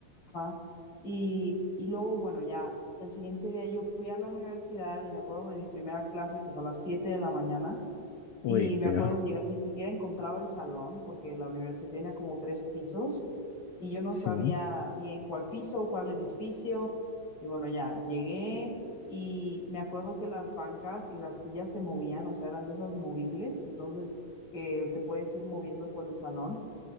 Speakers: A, on the left; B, on the left.
A: ajá, y, y luego, bueno, ya el siguiente día yo fui a la universidad y me acuerdo de mi primera clase que fue a las 7 de la mañana.
B: Uy,
A: Y
B: peor.
A: me acuerdo llegar, ni siquiera encontraba el salón porque la universidad tenía como tres pisos y yo no
B: Sí.
A: sabía bien cuál piso, cuál edificio. Y bueno, ya llegué y me acuerdo que las bancas y las sillas se movían, o sea, eran de esas movibles, entonces que te puedes ir moviendo por el salón.